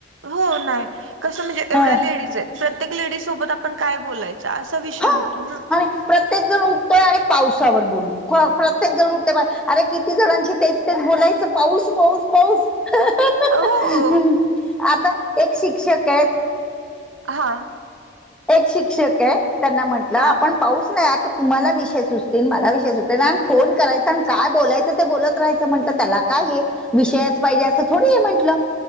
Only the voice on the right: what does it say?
हो नाही कसं म्हणजे एवढ्या
लेडीज आहेत प्रत्येक लेडी सोबत आपण काय बोलायचं असा विषय
होतो ना.
हो
हां.
हा